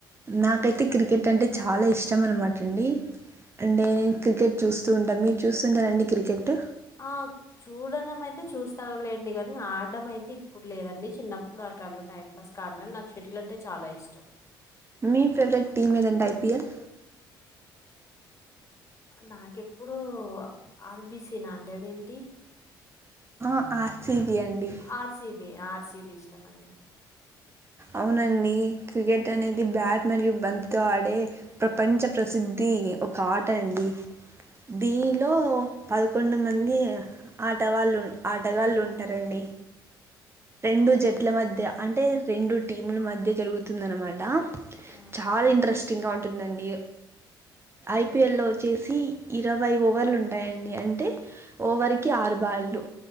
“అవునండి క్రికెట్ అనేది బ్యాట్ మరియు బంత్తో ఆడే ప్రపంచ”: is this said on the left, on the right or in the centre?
Right